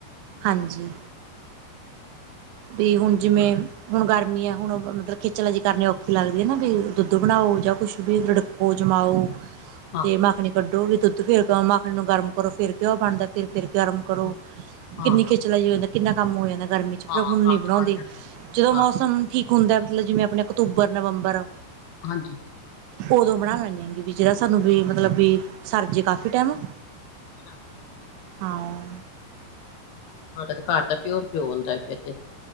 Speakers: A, on the right (about 85°); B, on the left (about 65°).
A: ਹਾਂਜੀ। ਵੀ ਹੁਣ ਜਿਵੇਂ ਹੁਣ ਗਰਮੀ ਐ ਹੁਣ ਮਤਲਬ ਖੇਚਲਾ ਜੀ ਕਰਨੀ ਔਖੀ ਲੱਗਦੀ ਆ ਨਾ ਵੀ ਦੁੱਧ ਬਣਾਓ ਜਾਂ ਕੁਛ ਰਿਡਕੋ ਵੀ ਜਮਾਓ।
B: ਹਾਂ
A: ਤੇ ਮਾਖਣੀ ਕੱਢੋ ਵੀ ਦੁੱਧ ਫਰ ਕਿਉਂ ਮਾਖਣੀ ਨੂੰ ਗਰਮ ਕਰੋ ਫਿਰ ਘਿਓ ਬਣਦਾ ਫਿਰ ਫਿਰ ਗਰਮ ਕਰੋ।
B: ਹਾਂ ਹਾਂ
A: ਕਿੰਨੀ ਖਿਚਲਾਾਈ ਹੋ ਜਾਂਦਾ, ਕਿੰਨਾ ਕੰਮ ਹੋ ਜਾਂਦਾ ਗਰਮੀ
B: ਹਾਂ
A: 'ਚ ਪਰ
B: ਹਾਂ
A: ਹੁਣ
B: ਕੰਮ
A: ਨੀ ਬਣਾਉਂਦੀ,
B: ਚ ਵੱਧ ਜਾਂਦਾ ਹੈ।
A: ਜਦੋਂ
B: ਹਾਂ
A: ਮੌਸਮ ਠੀਕ ਹੁੰਦਾ ਮਤਲਬ ਜਿਵੇਂ ਆਪਨਾ ਅਕਤੂਬਰ, ਨਵੰਬਰ
B: ਹਾਂਜੀ।
A: ਓਦੋਂ ਬਣਾ ਲੈਨੇ ਆਂਗੀ ਵੀ ਜੇੜਾ ਸਾਨੂੰ ਵੀ ਮਤਲਬ ਵੀ ਸਰਜੇ ਕਾਫੀ ਟੈਮ।
B: ਅੱਛਾ।
A: ਹਾਂ
B: ਤਹਾਡਾ ਤੇ ਘਰ ਦਾ ਪਿਓਰ ਘਿਉ ਹੁੰਦਾ ਫਿਰ ਤੇ